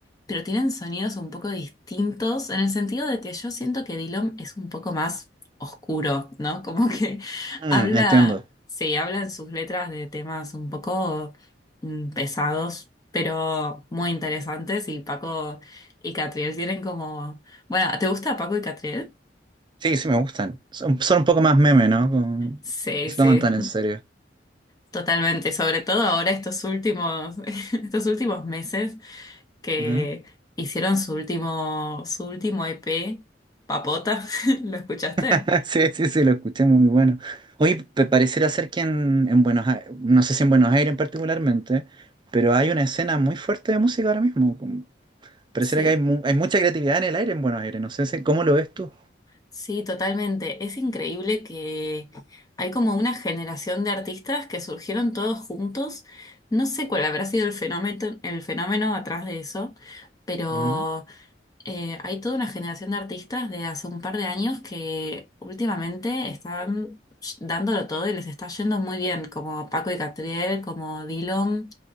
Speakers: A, on the left; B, on the right.
A: pero tienen sonidos un poco distintos, en el sentido de que yo siento que Dillom es un poco más oscuro, ¿no? <laughs> Como que
B: Mm,
A: Habla,
B: entiendo.
A: sí, habla en sus letras de temas un poco mm, pesados, pero muy interesantes. Y Paco y Catriel tienen como. Bueno, ¿te gusta Paco y Catriel?
B: Sí, sí me gustan. Son, son un poco más meme, ¿no? Como-
A: Sí,
B: no se
A: sí,
B: toman tan en serio.
A: totalmente. Sobre todo ahora estos últimos, <laughs> estos últimos meses que
B: Ujú.
A: hicieron su último, su último EP, Papota. <laughs> ¿Lo escuchaste?
B: <laughs> Sí, sí, sí, lo escuché, muy bueno. Oye, pe- pareciera ser que en, en Buenos Aires, no sé si en Buenos Aires particularmente, pero hay una escena muy fuerte de música ahora mismo. como- Pareciera
A: Sí.
B: que hay, mu- hay mucha creatividad en el aire en Buenos Aires, no sé si, ¿cómo lo ves tú?
A: Sí, totalmente. Es increíble que hay como una generación de artistas que surgieron todos juntos. No sé cuál habrá sido el fenómeno, el fenómeno atrás de eso, pero
B: Ujú.
A: eh, hay toda una generación de artistas de hace un par de años que últimamente están dándolo todo y les está yendo muy bien, como Paco y Catriel, como Dillom,